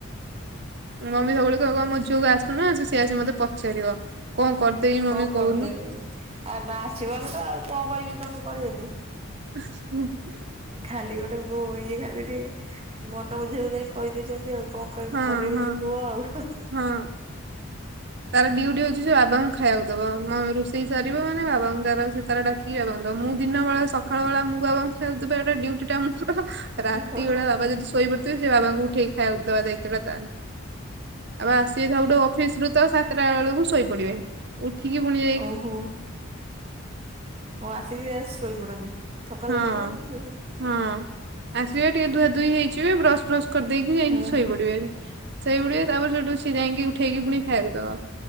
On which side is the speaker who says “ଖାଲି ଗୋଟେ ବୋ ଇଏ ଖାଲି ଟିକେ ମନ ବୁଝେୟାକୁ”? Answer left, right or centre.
Right